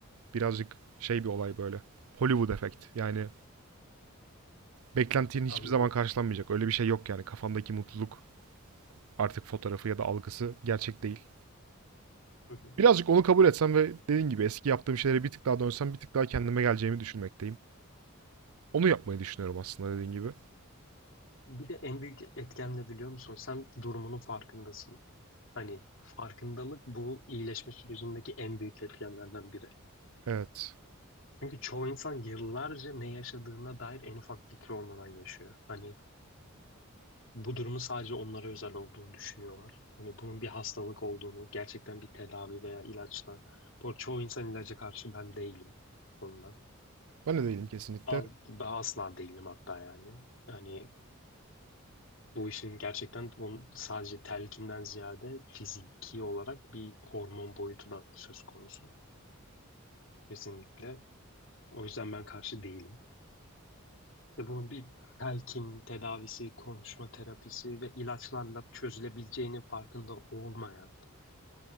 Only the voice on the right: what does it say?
Birazcık şey bir olay böyle. Hollywood efekt. Yani beklentinin
hiçbir zaman karşılanmayacak. Öyle bir şey yok yani. Kafamdaki mutluluk artık fotoğrafı ya da algısı gerçek değil.
Birazcık onu kabul etsem ve dediğim gibi eski yaptığım şeylere bir tık daha dönsem bir tık daha kendime geleceğimi düşünmekteyim. Onu yapmayı düşünüyorum aslında dediğim gibi.
Evet.
Ben de değilim kesinlikle.